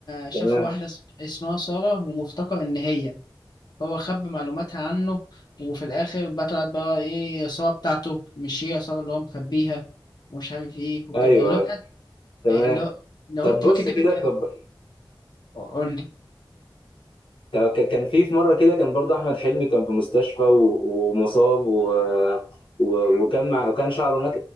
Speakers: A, on the left (about 55°); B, on the left (about 80°).
A: شاف
B: تمام
A: واحدة اس- اسمها سارة وافتكر إن هي هو خبى معلوماتها عنه وفي الآخر بقى طلعت بقى إيه سارة بتاعته مش هي سارة اللي هو مخبيها ومش عارف إيه وكده
B: ايوه
A: اللي هو
B: ايوه
A: بتاعت
B: تمام
A: آه، اللي هو لو
B: طب
A: أنت
B: بص
A: فاكر كده
B: كده
A: كان
B: طب
A: آه، قول لي
B: طب ك- كان في في مره كده كان برضه احمد حلمي كان في مستشفى و- ومصاب و... و... وكان مع... وكان شعره نك...